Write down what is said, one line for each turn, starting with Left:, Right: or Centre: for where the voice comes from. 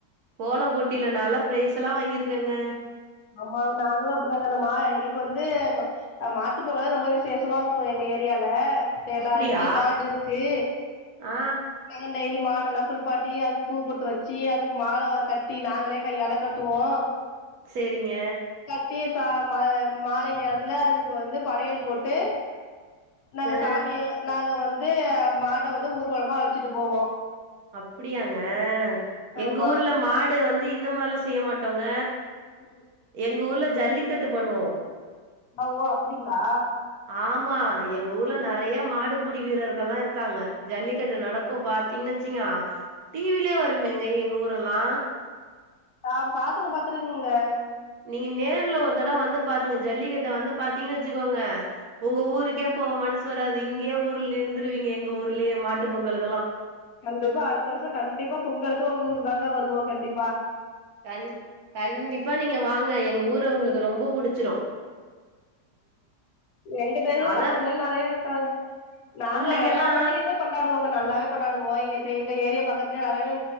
Right: கோல போட்டில நாலா பிரைசலா வாங்கிருக்கங்க
Left: ஆமா நாங்ளு அப்டித்தாங்க அந்த மா எங்ளுக்கு வந்து அ மாட்டுப்பொங்கல்தா ரொம்ப விசேஷமா இருக்கு எங்க ஏரியால எல்லா
Right: அப்டியா
Left: வீட்லயு மாடு இருக்கு
Right: ஆ
Left: நாங்க டெய்லியு மாடெல்லா குள்பாட்டி அதுக்கு பூ பொட்டு வச்சு அதுக்கு மால வா கட்டி நாங்களே கையால் கட் துவோ
Right: சேரிங்க
Left: கட்டி ச மா மாலை நேரத்துல அதுக்கு வந்து படையல் போட்டு நாங்க
Right: ஆ
Left: சாமிய நாங்க வந்து மாட வந்து ஊர்வலமா அழச்சிட்டு போவோ
Right: அப்புடியாங்க எங்க
Left: ஆமா
Right: ஊர்ல மாடு வந்து இந்த மார்லா செய்ய மாட்டோங்க
Left: ஒரு
Right: எங்க ஊர்ல ஜல்லிக்கட்டு பண்ணுவோ
Left: ஆ ஓ அப்டிங்களா
Right: ஆமா எங்க ஊர்ல ந நெறய மாடுபுடி வீரர்கள்ல்லா இருக்காங்க ஜல்லிக்கட்டு நடக்கூ பாத்தீங்ன்னா சிங்கா டீவீலே வருமேங்க எங்க ஊரல்லா
Left: பா பாத்ருங்க பாத்துருங் க
Right: நீங்க நேர்ல ஒரு தட வந்து பாருங்க ஜல்லிக்கட்ட வந்து பாத்தீங்கன்னு வச்சுக்கோங்க உங்க ஊருக்கே போ மனசு வராது இங்கேயே ஊர்ல இருந்துருவீங்க எங்க ஊர்லேயே மாட்டு பொங்கலுகெல்லா
Left: கண்டிப்பா அடுத்த வருஷ கண்டிப்பா பொங்கலுக்கு ஒங்க ஊர் தாங்க வருவோ கண்டிப்பா
Right: கண் கண்டிப்பா நீங்க வாங்க எங்க ஊர உங்களுக்கு ரொம்ப புடிச்சிரும்
Left: எங்க தெருல
Right: அதா
Left: பக்கத்துல நறையா வித்தாங் நாங்க
Right: புள்ளைங்கல்லா
Left: எல்லா பண்டிகையுமே கொண்டாடுவோங்க நல்லாவே கொண்டாடுவோம் இங்க சைட்ல ஏரியா பக்கத்துலயே நெறையவே